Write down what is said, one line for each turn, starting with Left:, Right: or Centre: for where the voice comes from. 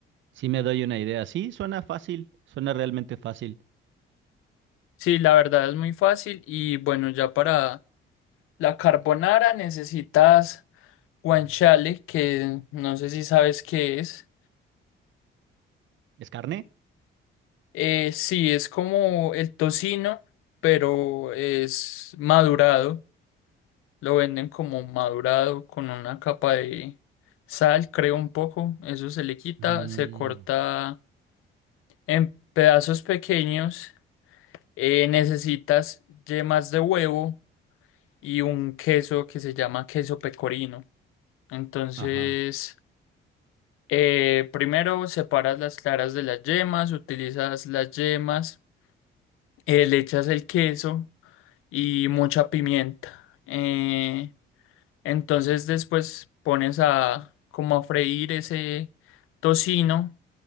Right: Sí me doy una idea. Sí, suena fácil, suena realmente fácil.
Left: Sí, la verdad es muy fácil y bueno, ya para la carbonara necesitas guanciale, que no sé si sabes qué es.
Right: ¿Es carne?
Left: Eh, sí, es como el tocino, pero es madurado. Lo venden como madurado con una capa de sal, creo un poco. Eso se le quita,
Right: Mm,
Left: se corta en pedazos pequeños. Eh, necesitas yemas de huevo y un queso que se llama queso pecorino. Entonces,
Right: ajá.
Left: eh, primero separas las claras de las yemas, utilizas las yemas, eh, le echas el queso y mucha pimienta. Eh, Entonces después pones a como a freír ese tocino.